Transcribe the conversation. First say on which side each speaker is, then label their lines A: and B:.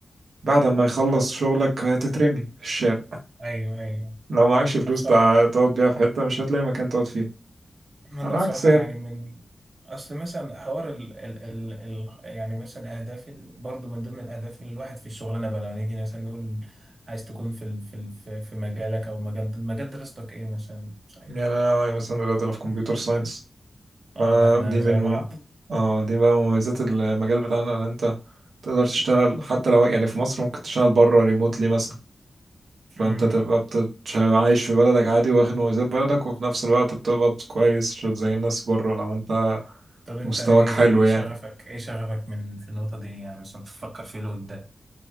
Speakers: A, on the right; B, on the right.
A: بعد ما يخلص
B: آه.
A: شغلك هتترمي في الشارع
B: أيوه أيوه
A: لو معكش فلوس
B: أنا بصراحة
A: تع- تقعد بيها في حتة مش هتلاقي مكان تقعد فيه
B: ما أنا
A: على
B: بصراحة
A: عكس هنا
B: يعني من أصل مثلا حوار ال ال ال ال يعني مثلا أهداف ال- برضه من ضمن الأهداف اللي الواحد في الشغلانة بقى لما نيجي مثلا نقول عايز تكون في ال في ال في في مجالك أو مجال مجال دراستك إيه مثلا صحيح
A: يعني أنا مثلا دلوقتي أنا في كمبيوتر ساينس
B: أه
A: فدي
B: ده إحنا زي
A: من
B: بعض
A: مم... اه دي بقى مميزات المجال بتاعنا ان انت تقدر تشتغل حتى لو يعني في مصر ممكن تشتغل بره ريموتلي مثلا فانت
B: امم
A: تبقى بت- عايش في بلدك عادي واخد مميزات بلدك وفي نفس الوقت بتقبض كويس مش زي الناس بره لو انت
B: طب أنت
A: مستواك
B: إيه
A: حلو
B: إيه
A: يعني
B: شغفك إيه شغفك من في النقطة دي يعني مثلا بتفكر فيه لقدام